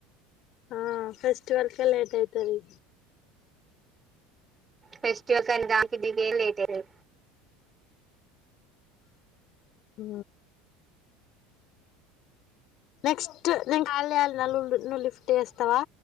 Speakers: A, on the left (about 50°); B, on the right (about 20°).
A: ఆ ఫెస్టివల్ కే లేట్ అయితది
B: ఫెస్టివల్ కైనా దానికి దీనికి లేట్ అయితది
A: ఉ నెక్స్ట్ నేన్ కాల్ చేయాలనుకుంటున్న నువ్ లిఫ్ట్ చేస్తావా